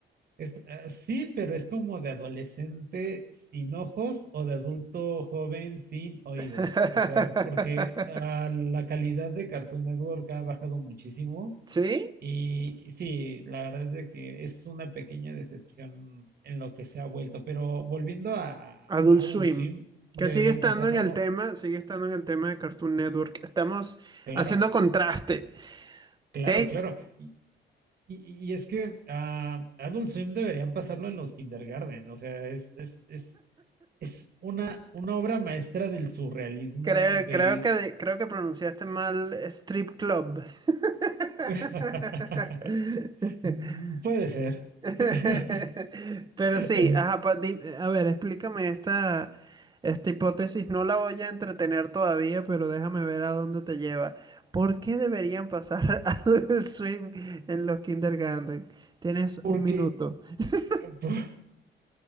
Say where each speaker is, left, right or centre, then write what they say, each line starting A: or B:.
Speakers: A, on the right; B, on the right.
A: Es, ah, sí, pero es como de adolescente sin ojos o de adulto joven sin oídos.
B: <laughs>
A: O sea, porque ah, la calidad de Cartoon Network ha bajado muchísimo.
B: ¿Sí?
A: Y sí, la verdad es de que es una pequeña decepción en lo que se ha vuelto. Pero volviendo a,
B: Adult
A: a Adult
B: Swim.
A: Swim, deberían
B: Que sigue estando
A: pasarlo,
B: en el tema, sigue estando en el tema de Cartoon Network. Estamos
A: claro,
B: haciendo contraste,
A: claro,
B: ¿ok?
A: claro. Y, y- y es que a Adult Swim deberían pasarlo en los kindergarten. O sea, es, es, es Es una, una obra maestra del surrealismo,
B: Creo,
A: del...
B: creo que, de- creo que pronunciaste mal Strip Club. <laughs>
A: <laughs> Mm, Puede ser.
B: <laughs>
A: <laughs>
B: Pero sí,
A: Es
B: ajá, pa- di- a ver, explícame esta, esta hipótesis. No la voy a entretener todavía, pero déjame ver a dónde te lleva. ¿Por qué deberían pasar <laughs> a Adult Swim en los kindergarten? Tienes
A: porque,
B: un minuto. <laughs>
A: <laughs>